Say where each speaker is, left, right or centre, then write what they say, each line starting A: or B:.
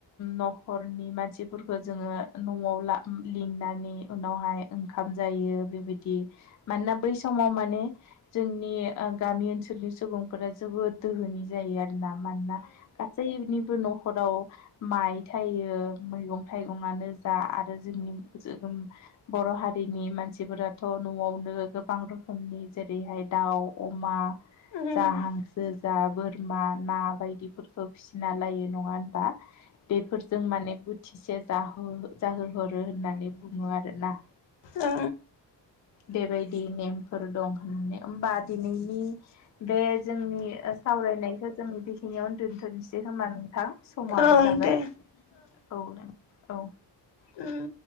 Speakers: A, on the left; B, on the left.
A: न'खरनि मानसिफोरखौ जोङो न'आव ला लिंनानै उनावहाय ओंखाम जायो बेबायदि मानोना बै समाव माने जोंनि गामि ओनसोलनि सुबुंफोरा जोबोद दोहोनि जायो आरो मानोना गासैनि न'खराव माइ थायो मैगं थाइगंनो जा आरो जोंनि बर' हारिनि मानसिफोराथ न'आवनो गोबां रोखोमनि जेरैहाय दाउ अमा
B: ओं
A: जा हांसो जा बोरमा ना बायदिफोरखौ फिसिना लायो नङा होनबा बेफोरजों माने थिसे जहो जाहोहरो होननानै बुङो आरोना
B: ओ
A: बेबायदि नेमफोर दं ओमबा दिनैनि बे जोंनि सावरायनायखो जों बेखिनियावनो दोन दोननोसै खोमा नोंथां समाबो
B: ओं
A: जाबाय
B: दे
A: औ नों औ
B: ओम